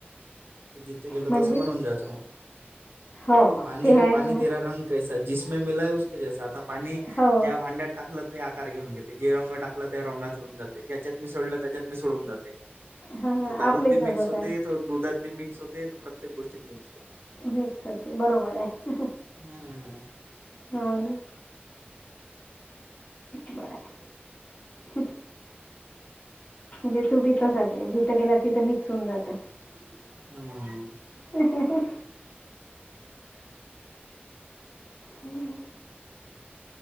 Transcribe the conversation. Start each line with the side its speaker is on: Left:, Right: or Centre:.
Right: ते जिथे गेल
Left: म्हणजे
Right: तस बनवून जात. <inaudible>
Left: हो
Right: पाणी
Left: ते
Right: रे
Left: आहे
Right: पाणी
Left: म्हणा
Right: तेरा रंग कैसा जसमे मिलाया उसके जैसा आता पाणी
Left: हो
Right: ज्या भांड्यात टाकलं ते आकार घेऊन घेते जे रंग टाकला त्या रंगात येऊन जाते ज्याच्यात मिसळलं त्याच्यात मिसळून जाते.
Left: हां हां
Right: त दारू
Left: आपलंही
Right: बी
Left: तसंच
Right: मिक्स होते
Left: आहे
Right: तो दुधात बी मिक्स होते तो प्रत्येक गोष्टीत मिक्स होतंय.
Left: मिक्स होते बरोबर आहे.
Right: हा अ.
Left: हा ना बर आहे. ह म्हणजे तू बी साच जिथं गेला तिथं मिक्स होऊन जात.
Right: हम्म.
Left: हं हं हं. हम्म.